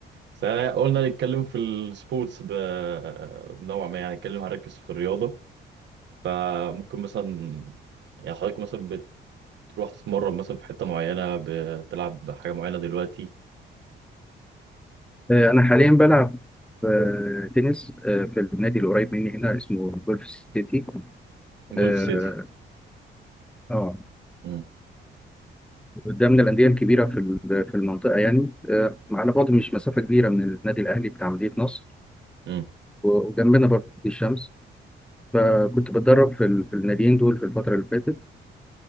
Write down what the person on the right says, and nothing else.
بس احنا قلنا نتكلم في السبورتس ب... بنوع ما يعني نتكلم هنركز في الرياضة فممكن مثلا يعني حضرتك مثلا بتروح تتمرن مثلا في حتة معينة بتلعب حاجة معينة دلوقتي
جولف
سيتي
امم
امم